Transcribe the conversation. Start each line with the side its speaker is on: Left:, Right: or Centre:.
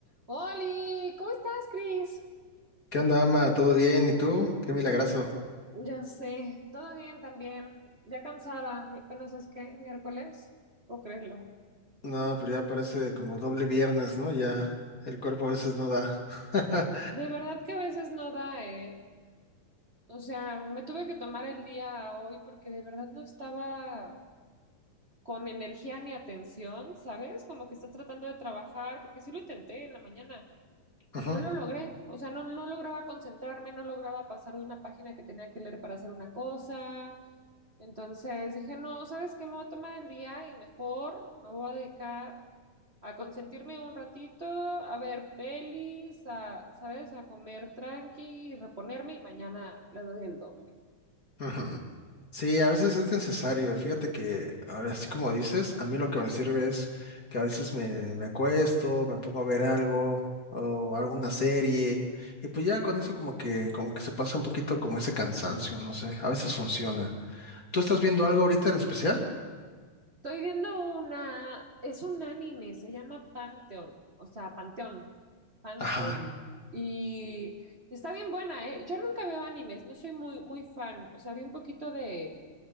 Right: Oli, ¿cómo estás, Cris?
Left: ¿Qué onda, ama? ¿Todo bien? ¿Y tú? Qué milagrazo.
Right: Ya sé, todo bien también. Ya cansada, y apenas es que miércoles, no puedo creerlo.
Left: No, pero ya parece como doble viernes, ¿no? Ya el cuerpo a veces no da. <laughs>
Right: De verdad que a veces no da, eh. O sea, me tuve que tomar el día hoy porque de verdad no estaba con energía ni atención, ¿sabes? Como que estás tratando de trabajar, porque sí lo intenté en la mañana.
Left: Ujú,
Right: No lo logré, o sea, no, no lograba concentrarme, no lograba pasar de una página que tenía que leer para hacer una cosa. Entonces dije, no, ¿sabes qué? Me voy a tomar el día y mejor me voy a dedicar a consentirme un ratito, a ver pelis, a, ¿sabes? A comer tranqui y reponerme y mañana le doy el doble.
Left: ujú. Sí, a veces es necesario. Fíjate que ahora, así como dices, a mí lo que me sirve es que a veces me, me acuesto, me pongo a ver algo o alguna serie y pues ya con eso como que como que se pasa un poquito como ese cansancio, no sé. A veces funciona. ¿Tú estás viendo algo ahorita en especial?
Right: Estoy viendo una, es un anime, se llama Pantheon, o sea, Panteón, Pantheon.
Left: Ajá,
Right: Y está bien buena, ¿eh? Yo nunca veo animes, no soy muy, muy fan. O sea, vi un poquito de